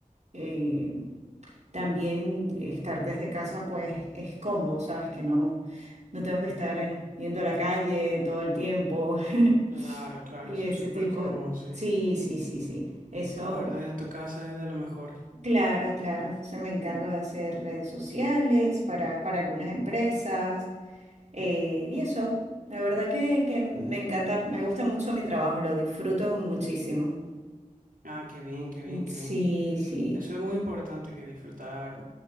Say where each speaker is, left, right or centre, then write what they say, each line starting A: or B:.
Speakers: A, on the right; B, on the right.
A: eh, También estar desde casa pues es cómodo, ¿sabes? Que no, no tengo que estar eh, yendo a la calle todo el tiempo
B: Claro,
A: <laughs>
B: claro,
A: y
B: eso
A: ese
B: es súper
A: tipo.
B: cómodo, sí.
A: Sí, sí, sí, sí. Eso,
B: Trabajar desde tu casa es de lo mejor.
A: claro, claro. Se me encargo de hacer redes sociales para, para algunas empresas eh, y eso. La verdad que, que me encanta, me gusta mucho mi trabajo, lo disfruto muchísimo.
B: Ah, qué bien, qué bien, qué
A: Sí,
B: bien.
A: sí.
B: Eso es muy importante que disfrutar